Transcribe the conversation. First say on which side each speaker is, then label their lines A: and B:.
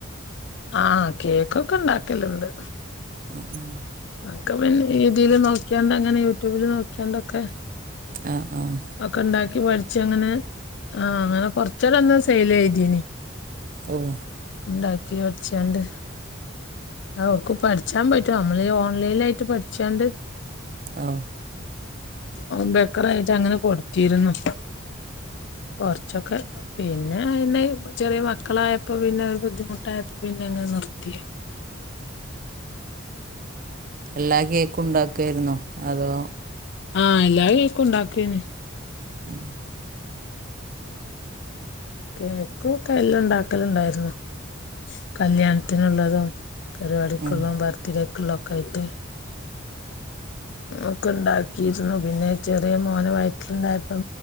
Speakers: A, on the left; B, on the right.
A: ആഹ് കേക്കൊക്കെ ഇണ്ടാക്കല്ണ്ട്
B: ഉം ഉം
A: ഒക്കെ പിന്നെ രീതിൽ നോക്കിയാണ്ട് അങ്ങനെ യൂട്യൂബില് നോക്കിയാണ്ടൊക്കെ
B: ആഹ് ആഹ്
A: ഒക്കെ ഉണ്ടാക്കി പഠിച്ചങ്ങനെ ആ അങ്ങനെ കൊറച്ചരെ ഒന്ന് സെയില് ചെയ്തേനി
B: ഓഹ്
A: ഇണ്ടാക്കി പഠിച്ചാണ്ട് ഓക്ക് പഠിച്ചാൻ പറ്റും നമ്മള് ഓൺലൈനിൽ ആയിട്ട് പഠിച്ചാണ്ട്
B: ആഹ്
A: ഉം ബേക്കറായിട്ട് അങ്ങനെ കൊടുത്തിരുന്നു കുറച്ചൊക്കെ പിന്നെ അയ്ന് ചെറിയ മക്കളായപ്പോ പിന്നെ അത് ബുദ്ധിമുട്ടായപ്പോ പിന്നെ എങ്ങനെ നിർത്തിയേ
B: എല്ലാം കേക്കും ഉണ്ടാക്കിയിരുന്നോ അതോ
A: ആഹ് എല്ലാ കേക്കും ഉണ്ടാക്കീനു
B: ആ
A: കേക്കൊക്കെ എല്ലാം ഇണ്ടാക്കലിണ്ടാരുന്നു കല്യാണത്തിനുള്ളതും പരിപാടിക്കുള്ളോ
B: ഉം
A: ബർത്ത്ഡേക്കുള്ള ഒക്കെ ആയിട്ട് ഒക്കെ ഇണ്ടാക്കിയിരുന്നു പിന്നെ ചെറിയ മോനെ വയറ്റിലുണ്ടായപ്പോ